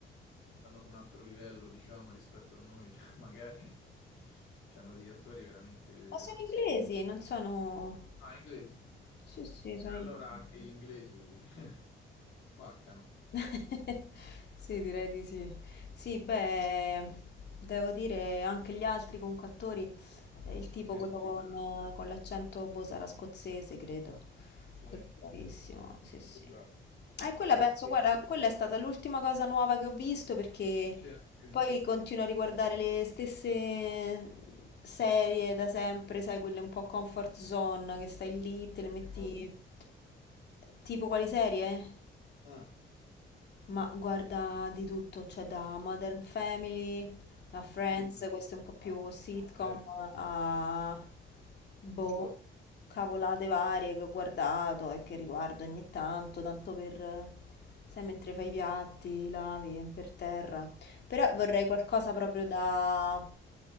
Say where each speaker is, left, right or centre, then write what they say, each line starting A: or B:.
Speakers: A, on the left; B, on the left.
A: stanno su un altro livello, diciamo, rispetto a noi, <laughs> magari. C'hanno degli attori veramente
B: sono
A: pazzeschi.
B: inglesi, non sono...
A: Ah, inglesi.
B: Sì, sì, sono
A: E allora
B: inglesi.
A: anche gli inglesi <laughs> spaccano.
B: <laughs> Sì, direi di sì. Sì, beh, devo dire anche gli altri comunque attori, eh, il tipo
A: Sì,
B: quello
A: tutti
B: con,
A: bravi.
B: con l'accento boh sarà scozzese, credo.
A: Sì,
B: Quello è bravissimo, sì,
A: tutti
B: sì.
A: bravi.
B: Eh, quella
A: E altri
B: penso, guarda, quella è stata l'ultima cosa nuova che ho visto perché
A: sì, anche-
B: poi continuo a riguardare le stesse serie da sempre, sai, quelle un po' comfort zone, che stai lì, te le metti...
A: tipo?
B: Tipo quali serie?
A: Ah,
B: Ma guarda di tutto, cioè da Modern Family a Friends,
A: mm,
B: questo è un po' più sitcom,
A: sì,
B: a boh,
A: ci sto.
B: cavolate varie che ho guardato e che riguardo ogni tanto, tanto per, sai, mentre fai i piatti, lavi, è per terra. Però vorrei
A: Ci-
B: qualcosa proprio da,